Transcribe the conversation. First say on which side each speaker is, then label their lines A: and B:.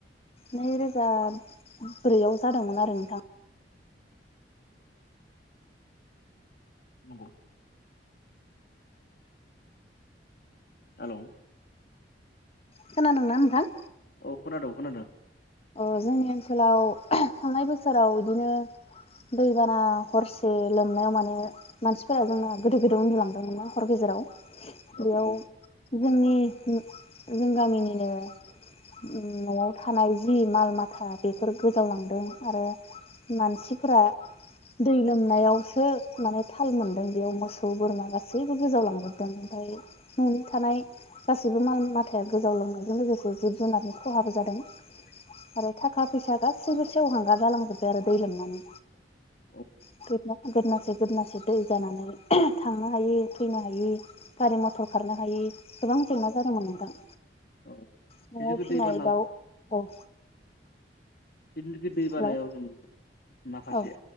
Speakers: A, on the left; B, on the left.
A: नैरोजा ब्रैआव जादोंमोन आरो नोंथां।
B: नंगौ। हेलौ
A: खोनादोंना नोंथां?
B: औ खोनादो खोनादो।
A: ओ जोंनि ओनसोलाव थांनाय बोसोराव इदिनो दैबाना हरसे लोमनायाव माने मानसिफोरा जोंना गोदो गोदो उन्दुलांदोंमोना। हर गेजेराव
B: औ
A: बेयाव
B: औ
A: जोंनि जों गामिनिनो उ न'आव थानाय जि माल माथा बेफोर गोजावलांदों आरो मानसिफोरा दै लोमनायावसो माने थाल मोन्दों बेयाव मोसौ बोरमा गासैबो गोजावलांजोबदों ओमफा फाय न'नि थानाय गासैबो माल मथाया गोजाव लोंनायजों लोगोसे जिब जुनारनि खहाबो जादों।
B: <inaudible>
A: आरो थाखा फैसा गासैबो सेवहांगार जालांजोबबाय आरो दै लोमनानै।
B: औ
A: <unintelligible> गोदनासे गोदनासे दै जानानै थांनो हायि फैनो हायि गारि मथर खारनो हायि गोबां जेंना जादोंमोन नोंथां।
B: औ
A: न'आव
B: जिथुखि
A: फिसिनाय
B: दैबाना
A: दाउ औ।
B: बिदिनो दै बानायाव
A: हेलौ
B: जों माखासे
A: औ